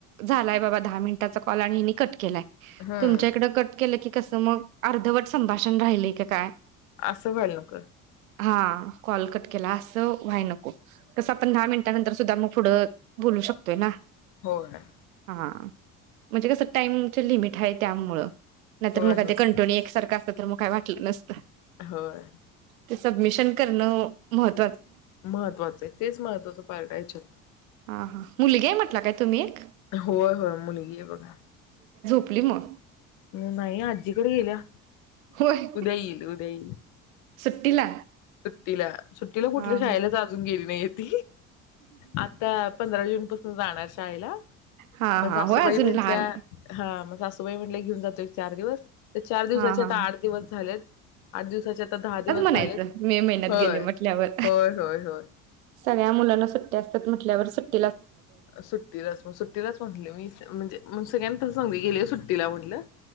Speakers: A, on the right; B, on the left.
A: झालाय बाबा दहा मिनिटाचा कॉल आणि हिनी कट केलाय
B: हम्म
A: तुमच्या इकड कट केलं की कसं मग अर्धवट संभाषण राहिलयं का काय
B: असं व्हायला नक.
A: हा कॉल कट केला अस कत व्हाय नको कसं आपण दहा मिनिट नंतर सुद्धा मग पुढं बोलू शकतोय ना
B: होयं
A: हा म्हणजे कसं टाइमची लिमिट हाय त्यामुळं नंतर
B: होय
A: मग
B: होय
A: ते कंटिन्यू एक सारखा तर मग काय वाटलं नसतं
B: होय
A: ते सबमिशन करणं महत
B: महत्त्वाचं आहे तेच महत्वाचं पार्ट आहे याच्यात
A: हा हा मुलीगी आहे म्हटला काय? तुम्ही एक?
B: होय होयं मुलगी आहे बघा
A: मुली म
B: ह् नाहीय अज्जी कड गिल्या
A: होय
B: उदया ईल उदया ईल
A: सुट्टीला
B: सुट्टीला सुट्टीला
A: हा
B: कुठल् शाळेलाच
A: हा
B: अजून गेली नाहीयेत. आता पंधरा जून पासून जाणार शाळेला
A: हा
B: मग
A: हा
B: सासूबाई
A: होय अजून
B: म्हंटल्या
A: लहान
B: हा मग सासू तय म्हटले घेऊन जातो एक चार दिवस ते चार दिवसाचे
A: हा
B: आता
A: हा
B: आठ दिवस झालेत आठ दिवसाचे आता दहा दिवस
A: यायचं
B: झालेत
A: मे महिन्यात
B: होय
A: गेले म्हटल्यावर
B: होय होय होय
A: सगळ्या मुलांना सुट्ट्या असतात म्हटल्यावर सुट्ट
B: सुट्टीलाच म सुट्टीलाच म्हणले मी म्हणजे सगळ्यांना तसंच सांगू येले सुट्टीला म्हटलं.